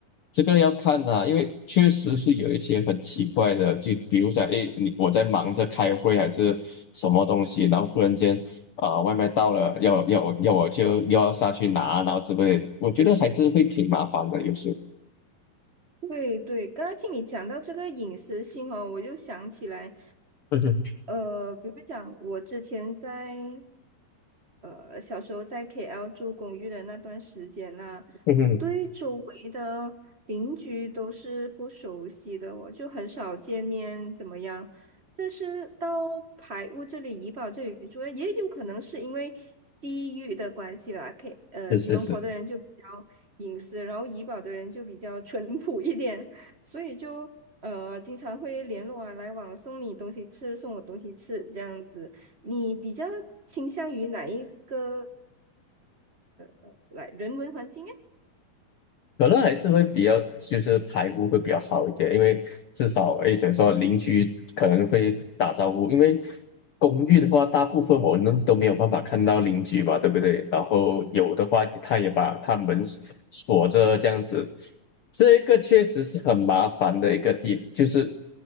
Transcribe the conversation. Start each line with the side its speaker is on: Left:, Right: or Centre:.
Left: 这个要看啊，因为确实是有一些很奇怪的，就比如说，哎，你我在忙着开会还是什么东西，然后忽然间啊、外卖到了，要要我要我就要下去拿，然后之类的，我觉得还是会挺麻烦的，有时。
Right: 对对，刚刚听你讲到这个隐私性哦，我就想起来，
Left: <laughs> 嗯哼，
Right: 呃，比如讲我之前在呃小时候在 KL 住公寓的那段时间呐、
Left: 嗯哼，
Right: 对周围的邻居都是不熟悉的哦，我就很少见面，怎么样？但是到排屋这里、怡保这里住，也有可能是因为地域的关系啦。K，呃，
Left: 是是是。
Right: 吉隆坡的人就比较隐私，然后怡保的人就比较淳朴一点，所以就呃经常会联络啊，来往，送你东西吃，送我东西吃这样子。你比较倾向于哪一个呃来人文环境诶？
Left: 可能还是会比较，就是排污会比较好一点，因为至少诶，怎么说邻居可能会打招呼，因为公寓的话，大部分我们都没有办法看到邻居嘛，对不对？然后有的话，他也把他门锁着这样子，这个确实是很麻烦的一个地，就是